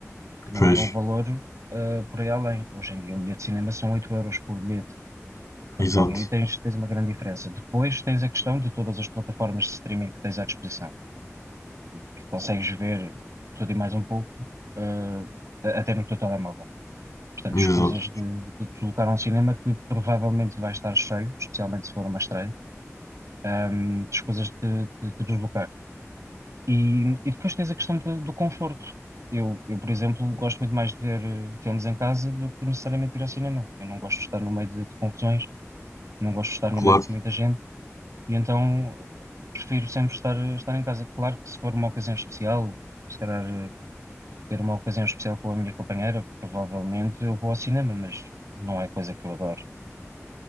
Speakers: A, on the right (about 70°); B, on the left (about 80°).
A: que não
B: Pois,
A: era um valor ah, por aí além. Hoje em dia, um bilhete de cinema são 8 euros por bilhete. Portanto,
B: exato,
A: logo aí tens, tens uma grande diferença. Depois tens a questão de todas as plataformas de streaming que tens à disposição, que consegues ver tudo e mais um pouco, ah, até no teu telemóvel. Portanto,
B: exato.
A: escusas de, de te deslocar a um cinema que provavelmente vai estar cheio, especialmente se for uma estreia, hum, escusas de, de te deslocar. E, e depois tens a questão de- do conforto. Eu, eu, por exemplo, gosto muito mais de ver eh, filmes em casa do que necessariamente ir ao cinema. Eu não gosto de estar no meio de, de confusões, não gosto de estar no
B: Claro,
A: meio de muita gente, e então eh, prefiro sempre estar, eh, estar em casa. Claro que se for uma ocasião especial, se calhar eh, ter uma ocasião especial com a minha companheira, provavelmente eu vou ao cinema, mas não é coisa que eu adoro.